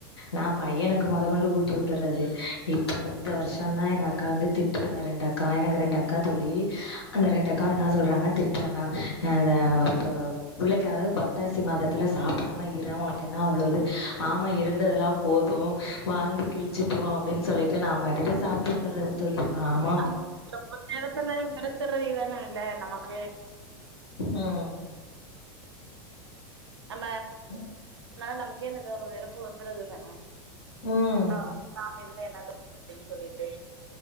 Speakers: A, on the left; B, on the right.
A: நா பையனுக்கு மொத கொண்டு ஊட்டி உட் ட்றது இப்ப இந்த வருஷந்தா எங்க அக்கா வந்து திட்டதுங்க ரெண்டு அக் கா எனக்கு ரெண்டு அக்கா தோழி அந்த ரெண்டு அக்காவு என்ன சொல்றாங்க திட்டுறாங்க ஆ இத அப்ப புள்ளைக்காவது புரட்டாசி மாதத்துலா சாப் டாமயிர உனக்கு என்ன அவ்ளே இது ஆமா இருந்ததெல்லா போதும் வாழ்ந்து கிழிச்சுட்டோ அப்படினு சொல்லிட்டு நா பாட்டுக்கு சாப்ட்டு விட்டுறது தோழி ஆமா
B: ஆமா, ரொம்ப நேரத்துல வெறுத்துட்றது இதானா இல்ல நமக்கு
A: ம்
B: நம்ம
A: ஆ
B: அதனால நமக்கே இந்த ஒரு வெறுப்பு வந்துருதுதான
A: ம்
B: ஆ சாமி இருந்து என்னத்த அப்டினு சொல்லிட்டு